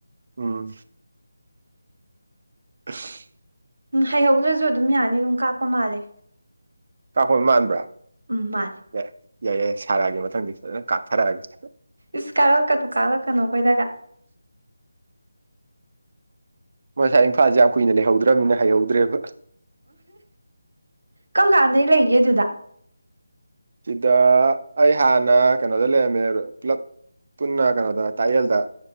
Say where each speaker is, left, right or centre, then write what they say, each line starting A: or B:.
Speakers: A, on the right; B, on the right.
A: ꯎꯝ ꯑꯁ
B: ꯎꯝ ꯍꯩꯍꯧꯗ꯭ꯔꯁꯨ ꯑꯗꯨꯝ ꯌꯥꯅꯤ ꯑꯗꯨꯝ ꯀꯥꯞꯄ ꯃꯥꯜꯂꯦ
A: ꯇꯥꯈꯣꯏ ꯃꯥꯟꯕ꯭ꯔꯥ
B: ꯎꯝ ꯃꯥꯅꯤ
A: ꯌꯥ ꯌꯥꯏ ꯌꯥꯏ ꯁꯥꯔꯛꯑꯒꯦ ꯃꯊꯪꯗꯤ ꯐꯖꯅ ꯀꯥꯞꯊꯔꯛꯑꯒꯦ
B: ꯏꯁ ꯀꯥꯔꯛꯀꯅꯨ ꯀꯥꯂꯛꯀꯅꯨ ꯑꯩꯈꯣꯏꯗꯒ
A: ꯃꯣꯏꯁꯥꯏ ꯏꯝꯐꯥꯜꯁꯦ ꯌꯥꯝ ꯀꯨꯏꯅ ꯂꯩꯍꯧꯗ꯭ꯔꯕꯅꯤꯅ ꯍꯩꯍꯧꯗ꯭ꯔꯦꯕ
B: ꯀꯪ ꯀꯥꯟꯗꯩ ꯂꯩꯒꯦ ꯑꯗꯨꯗ
A: ꯁꯤꯗ ꯑꯩ ꯍꯥꯟꯅ ꯀꯩꯅꯣꯗ ꯂꯩꯔꯝꯃꯦ ꯄꯨꯂꯞ ꯄꯨꯟꯅ ꯀꯩꯅꯣꯗ ꯇꯥꯛꯌꯦꯜꯗ